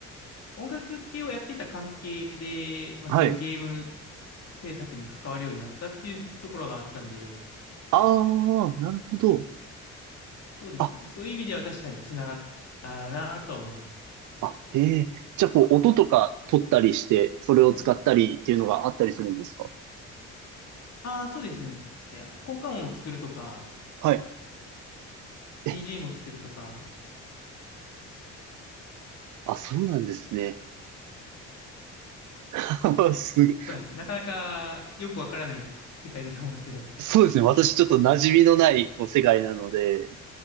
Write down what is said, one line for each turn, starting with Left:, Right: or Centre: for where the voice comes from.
Left: 音楽系をやってた関係で、まあ、
Right: はい。
Left: そういうゲーム制作に関わるようになったっていうところがあったんで、
Right: ああ、なるほど。
Left: そうですね。
Right: あ
Left: そういう意味では確かにつながったなとは思います。
Right: あ、へえ。じゃあ、こう、音とか取ったりして、それを使ったりっていうのがあったりするんですか
Left: はい。ああ、そうですね。いや効果音を作るとか、
Right: はい。え、
Left: BGM を作るとか、
Right: あ、そうなんですね。<laughs> すご、
Left: そうなんです。なかなかよくわからない世界だと思うんですけど、
Right: そうですね。私、ちょっと馴染みのないこう世界なので。